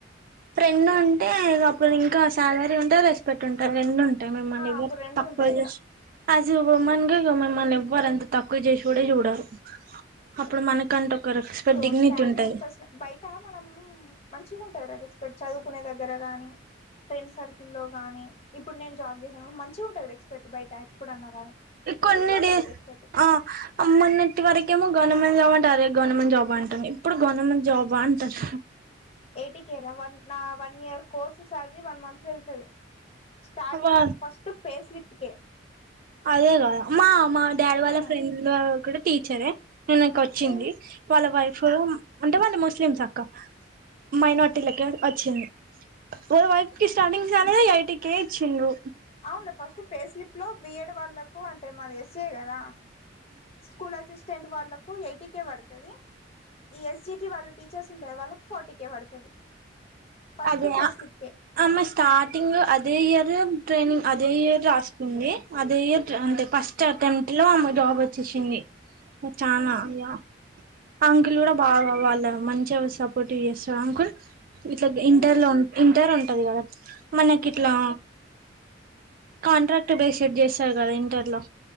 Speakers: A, on the right (about 50°); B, on the left (about 35°).
A: రెండు ఉంటే అప్పుడు ఇంకా శాలరీ ఉంటది రెస్పెక్ట్ ఉంటాది రెండు ఉంట మా మనవి
B: అప్పుడు రెండు
A: తక్కువ
B: ఉంటాయి
A: చేసు యాస్ ఎ వుమెన్ గా మమ్మల్ని ఎవ్వరు ఎంత తక్కువ చేసి కూడా చూడరు
B: ఇక
A: అప్పుడు మనకంటు ఒక రెస్పెక్ట్
B: ఇగో
A: డిగ్నిటీ
B: శాలరీ
A: ఉంటాయి
B: ఎంత వచ్చినా బయట మనం మంచిగా ఉంటంది రెస్పెక్ట్ చదువుకునే దగ్గర గాని ఫ్రెండ్స్ సర్కిల్లో గానీ ఇప్పుడు నేను జాబ్ చేసాను మంచిగా ఉంటంది ఎక్స్పెక్ట్ బయట ఎప్పుడన్నా గాని
A: కొన్ని
B: ఇంట్లో ఉండదు
A: డేస్
B: రెస్పెక్ట్
A: ఆ మొన్నటి వరకేమో గవర్నమెంట్ జాబ్ అంటారు అదే గవర్నమెంట్ జాబ్ అంటుంది ఇప్పుడు గవర్నమెంట్ జాబ అంటంది
B: ఎయిటి కేరా వన్ నా one year course salary one month లో వెళ్తది స్టార్టింగ్
A: అబ్బా
B: ఫస్ట్ పేస్లిప్కి
A: అదే కదా మా మా డాడీ
B: హ్మ్
A: వాళ్ళ ఫ్రెండ్ కూడా టీచరే నేనకు వచ్చింది
B: హ్మ్
A: వాళ్ళ వైఫ్ అంటే వాళ్ళు ముస్లిమ్స్ అక్క మైనార్టీలకే వచ్చింది వాళ్ళ వైఫ్ కి స్టార్టింగ్స్ సాలరీ ఐటికె ఇచ్చిండు
B: అవును ఫస్ట్ పేస్లిప్ లో బియడ్ వాళ్ళకు అంటే మాది యస్ఏ కదా స్కూల్ అసిస్టెంట్ వాళ్ళకు ఎయిట్ కే పడుతది ఈ ఎస్జిటి వాళ్ళ టీచర్స్ ఉంటారు వాళ్ళకి ఫార్టీ కే పడుతది ఫస్ట్
A: అదే యా
B: పే స్లిప్ కే
A: ఆ అమ్మాయి స్టార్టింగ్ అదే ఇయర్ ట్రైనింగ్ అదే ఇయర్ రాసుకుంది అదే ఇయర్ అంటే ఫస్ట్ ఫస్ట్ అటెంప్ట్ లో ఆమె జాబ్ వచ్చేసింది చానా
B: ఉహు
A: ఇగ అంకుల్ కూడా బాగా వాళ్ళ మంచిగా సపోర్ట్ చేస్తాడు అంకుల్ ఇంటర్
B: ఉ
A: లో ఇంటర్ ఉంటది కదా మనకి ఇట్లా
B: ఉ
A: కాంట్రాక్ట్ బేసిడ్ చేస్తారు కదా ఇంటర్ లో